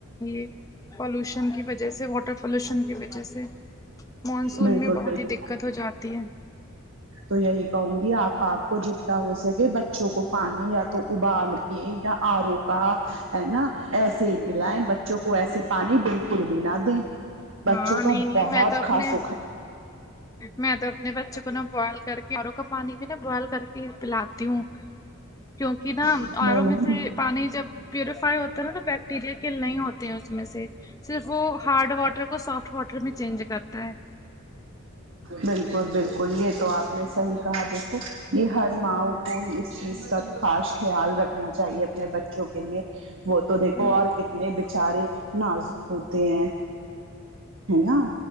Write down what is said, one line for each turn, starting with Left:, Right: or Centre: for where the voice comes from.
Left: یہ پالوشن کی وجہ سے واٹر پالوشن کی وجہ سے مانسون
Right: بالکل
Left: میں بہت
Right: بالکل
Left: ہی دقت ہو جاتی ہے
Right: تو یہی کہوں گی آپ آپ کو جتنا ہو سکے بچوں کو پانی یا تو ابال کے یا آرو کا ہے نا ایسے ہی پلائیں بچوں کو ایسے پانی بالکل بھی نہ دیں بچوں
Left: ہاں نہیں
Right: کا
Left: نہیں
Right: بہت
Left: میں تو اپنے
Right: خاص سکھا
Left: میں تو اپنے بچوں کو نہا بوائل کر کے اوروں کا پانی بھی ن بوائل کر کے پلاتی ہوں کیونکہ نا
Right: ہے
Left: آروں
Right: نا۔
Left: میں سے پانی جب پیوریفائی ہوتا ہے نا تو بیکٹیریا کے نہیں ہوتے ہیں اس میں سے صرف وہ ہارڈ واٹر کو سافٹ واٹر میں چینج کرتا ہے
Right: بالکل بالکل یہ تو آپ نے صحیح کہا دیکھو یہ ہر ماؤ کو اس چیز کا خاص خیال رکھا نا چاہیے اپنے بچوں کے لیے وہ تو دیکھو
Left: ہمم
Right: اور کتنے اپنے بچارے نازک ہوتے ہیں ہے نا